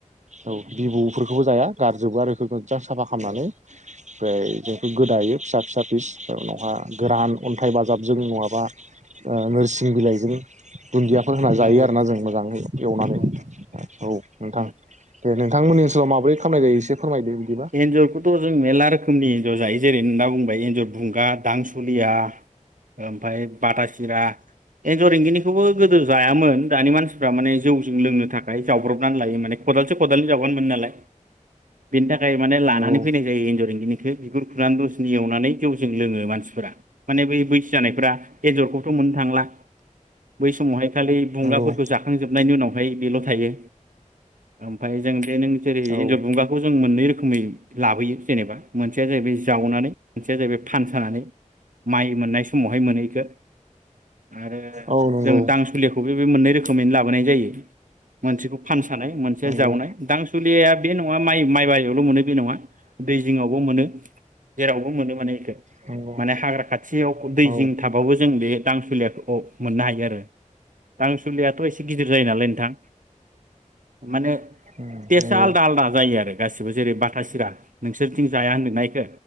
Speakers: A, on the right; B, on the right.
A: औ बिबौफोरखौबो
B: औ
A: जाया गारजोबो आरो इफोरखो। मोजां साफा
B: औ
A: खामनानै
B: नंगौ
A: ओमफ्राय बेखौ गोदायो फिसा फिसा फिस ओमफ्राय उनावहा गोरान अन्थाइ बाजाबजों नङाबा ओ नोरसिं बिलाइजों दुन्दियाफोर होना जायो
B: नंगौ
A: आरोना जों मोजाङै एवनानै
B: नंगौ नोंथां
A: औ नोंथां।
B: उम
A: दे नोंथांमोननि ओनसोलाव माबोरै खालामनाय जायो एसे फोरमायदो बिदिबा
B: एन्जरखौथ' जों मेरला रोखोमनि एन्जर जायो। जेरै होनना बुंबाय एन्जर बुंगा दां दुनिया ओ ओमफाय बाथा सिरा एन्जर एंगिनिखौबो गोदो जायामोन दानि मानसिफ्रा माने जौजों लोंनो थाखाय ओमफ्राय जाव्रबनानै लायो माने खदालसे खदालनै जावब्लानो मोनो नालाय। बेनि थाखाय खाय माने लानानै
A: नंगौ
B: फैनाय जायो एन्जर एंगिनिखौ बिगुर खुनानै दसनि एवनानै जौजों लोङो मानसिफोरा। माने बै बैसो जानायफ्रा एजरखौथ' मोननो थांला बै समावहाय खालि बुंगाफोरखौ
A: नंगौ
B: जाखांजोबनायनि उनावहाय बेल' थायो ओमफ्राय जों बे नों जेरै
A: औ
B: एन्जर बुंगाखौ जों मोननै रोख रोखोमै लाबोयो जेनेबा मोनसेया जाहैबाय जावनानै मोनसेया जाहैबाय फानसानानै माइ मोननाय समावहाय मोनो इखो आरो
A: औ नंगौ
B: जों दांसुलिखौबो बे मोननै रोखोमैनो लाबोनाय जायो मोनसेखौ फानसानाय मोनसे
A: नंगौ
B: जावनाय दांसुलियाया बे नङा माइ माइ बेयावल' मोनो बे नङा दै जिंङावबो मोनो जेरावबो मोनो माने
A: नंगौ
B: माने हाग्रा खाथियाव दै
A: औ
B: जिं थाबाबो जों बे दांसुलियाखौ मोननो हायो आरो दांसुलियाथ' एसे गिदिर जायो नालाय नोंथां। माने
A: नंगौ
B: टेसआ आलदा आलदा जायो आरो गासि बाथा सिरा नोंसोरथिं जाया होनदोंना इखो